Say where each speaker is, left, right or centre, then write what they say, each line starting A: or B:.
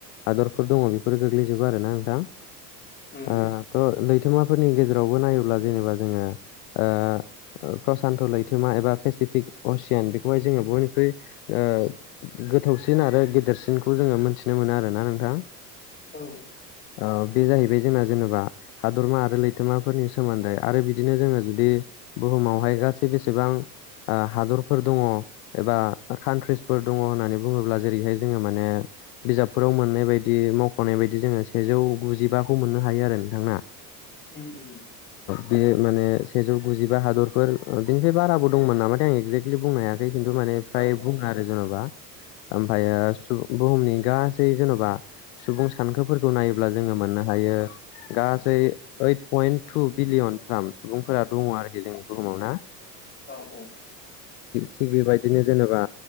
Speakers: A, on the left; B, on the left.
A: हादरफोर दङ बेफोरो गोग्लैजोबो आरोना नोंथां
B: उम
A: ओ थ' लैथोमाफोरनि गेजेरावबो नायोब्ला जेनेबा जोङो ओ प्रसान्त' लैथोमा एबा पेसिफिक असियेन बेखौहाय जोङो बयनिख्रुइ ओ गोथौसिन आरो गेदेरसिनखौ जोङो मोनथि नो मोनो आरो ना नोंथां
B: औ
A: ओ बे जाहैबाय जोंना जेनेबा हादरमा आरो लैथोमाफोरनि सोमोन्दै आरो बिदिनो जोङो जुदि ब समावहाय गासै बेसेबां हादरफोर दङ एबा कान्ट्रिसफोर दङ होननानै बुङोब्ला जेरैहाय जोङो माने बिजाबफोराव मोननाय बायदि मख'नाय बायदि जोङो सेजौ गुजिबाखौ मोननो हायो आरो नोंथां।
B: उम
A: बेयो माने सेजौ गुजिबा हादरफोर बेनिफ्राय बाराबो दंमोन नामाथाये आं एक्जेक्टलि बुंनाया बे खिन्थु माने फ्राय
B: औ
A: बुङो आरो जेन'बा ओमफ्रायो बुहुमनि गासै जेन'बा सुबुं सानखोफोरखौ नायोब्ला जोङो मा मोननो हायो गासै ओड पयेन टु ब्लियनफ्राम फोर दङ आरोखि जोंनि बुहुमाव ना
B: औ औ
A: थिग बेबायदिनो जेनेबा